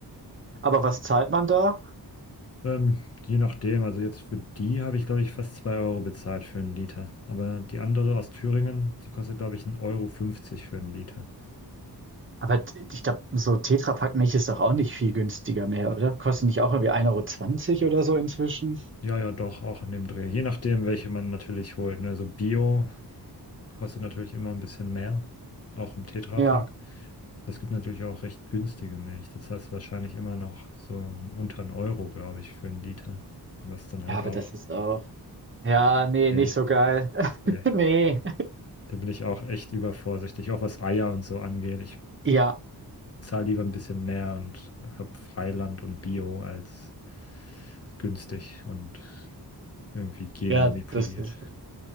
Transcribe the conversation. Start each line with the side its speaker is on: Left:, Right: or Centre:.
Right: Aber was zahlt man da?
Left: Ähm, je nachdem, also jetzt für die habe ich, glaube ich, fast 2 Euro bezahlt für einen Liter. Aber die andere aus Thüringen, die kostet, glaube ich, 1,50 Euro fünfzig für einen Liter.
Right: Aber t- ich glaube, so Tetra Pak Milch ist doch auch nicht viel günstiger mehr, oder? Kostet nicht auch irgendwie 1,20 Euro zwanzig oder so inzwischen?
Left: Ja, ja, doch, auch in dem Dreh. Je nachdem, welche man natürlich holt. Ne? So Bio Kostet natürlich immer ein bisschen mehr, auch im Tetra-Pack.
Right: Ja.
Left: Es gibt natürlich auch recht günstige Milch. Das heißt wahrscheinlich immer noch so ein- unter einen Euro, glaube ich, für einen Liter. Was dann halt
Right: Ja, aber
Left: auch,
Right: das ist auch. Ja, nee,
Left: nee,
Right: nicht so geil. <laughs>
Left: nee,
Right: Ne.
Left: da bin ich auch echt übervorsichtig, auch was Eier und so angeht. Ich
Right: Ja,
Left: zahle lieber ein bisschen mehr und habe Freiland und Bio als günstig und irgendwie genmanipuliert.
Right: ja, das ist